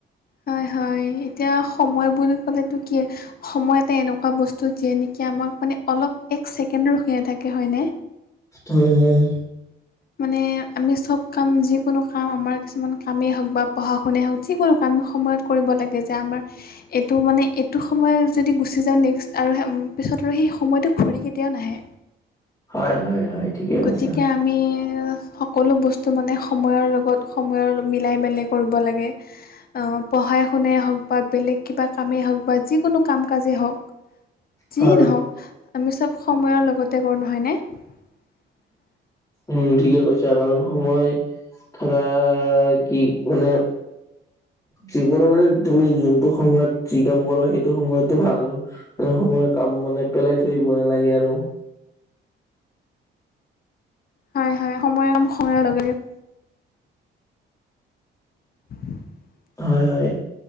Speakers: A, on the left (about 50°); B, on the left (about 15°).
A: হয় হয় এতিয়া সময় বুলি ক'লেটো কি? সময় এটা এনেকুৱা বস্তু যিয়ে নেকি আমাক মানে অলপ এক ছেকেণ্ড ৰখি নাথাকে হয়নে?
B: হয় হয়
A: মানে আমি চব কাম যিকোনো কাম আমাৰ কিছুমান কামেই হওক বা পঢ়া শুনাই হওক যিকোনো কাম সময়ত কৰিব লাগে যে আমাৰ এইটো মানে এইটো সময় যদি গুচি যাওঁ নেক্সট আৰু হে পিছত আৰু সেই সময়টো ঘূৰি কেতিয়াও নাহে।
B: হয় হয় হয় ঠিকে কৈছা
A: গতিকে আমি এ সকলো বস্তু মানে সময়ৰ লগত সময়ৰ মিলাই মেলাই কৰিব লাগে। আ পঢ়াই শুনাই হওক বা বেলেগ কিবা কামেই হওক বা যিকোনো কাম কাজেই হওক যিয়ে
B: হয়।
A: নহওক আমি চব সময়ৰ লগতে কৰোঁ নহয়নে? <inaudible>
B: উম ঠিকে কৈছা কাৰণ সময় ধৰা কি মানে জীৱনে মানে তুমি যোনটো সময়ত যি কাম কৰা সেইটো সময়তো ভাল মানে সময়ৰ কাম মানে পেলাই থৈ দিব নেলাগে আৰু
A: হয় হয় সময়ৰ কাম সময়ৰ লগে লগে <unintelligible>
B: হয় হয়